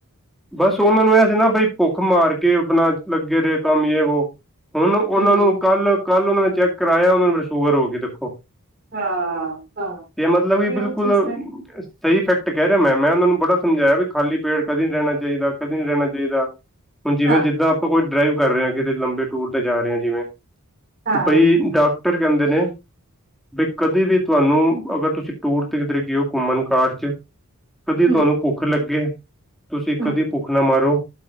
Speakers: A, in the centre; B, on the right.
A: ਬਸ ਉਹਨਾਂ ਨੂੰ ਇਹ ਸੀ ਨਾਂ ਬਈ ਭੁੱਖ ਮਾਰ ਕੇ ਆਪਣਾ ਲੱਗੇ ਰਹੇ ਕੰਮ ਯਾ ਵੋ ਹੁਣ ਉਹਨਾਂ
B: ਹੂੰ
A: ਨੂੰ ਕੱਲ, ਕੱਲ ਉਹਨਾਂ ਨੇ ਚੈੱਕ ਕਰਾਇਆ ਉਹਨਾਂ ਨੂੰ ਸ਼ੂਗਰ ਹੋ ਗਈ ਦੇਖੋ।
B: ਹਾਂ ਹਾਂ
A: ਤੇ ਮਤਲਬ ਵੀ
B: ਇਹ
A: ਬਿਲਕੁਲ
B: ਉਹ ਚੀਜ਼ ਤਾਂ
A: ਸਹੀ ਇਫੈਕਟ ਕਹਿ ਰਿਹਾ ਮੈਂ-ਮੈਂ ਉਹਨਾਂ ਨੂੰ ਬੜਾ ਸਮਝਾਇਆ ਵੀ ਖਾਲੀ ਪੇਟ ਕਦੇ ਨੀ ਰਹਿਣਾ ਚਾਹੀਦਾ, ਕਦੀ ਨੀ ਰਹਿਣਾ ਚਾਹੀਦਾ <inaudible> ਹੁਣ ਜਿਵੇਂ
B: ਹਾਂ
A: ਜਿੱਦਾਂ ਆਪਾਂ ਕੋਈ ਡਰਾਈਵ ਕਰ ਰਹੇ ਕਿਤੇ ਲੰਬੇ ਟੂਰ ਤੇ ਜਾ ਰਹੇ ਆ ਜਿਵੇਂ <inaudible>
B: ਹਾਂ
A: ਬਈ ਡਾਕਟਰ ਕਹਿੰਦੇ ਨੇਂ ਬ ਕਦੇ ਵੀ ਤੁਹਾਨੂੰ ਅਗਰ ਤੁਸੀਂ ਟੂਰ ਤੇ ਕਿਧਰੇ ਗਏ ਹੋ ਘੁੰਮਣ ਕਾਰ 'ਚ ਕਦੀ
B: ਹੂੰ
A: ਤੁਹਾਨੂੰ ਭੁੱਖ ਲੱਗੇ <inaudible> ਤੁਸੀਂ
B: ਹੂੰ
A: ਕਦੀ ਭੁੱਖ ਨਾ ਮਾਰੋ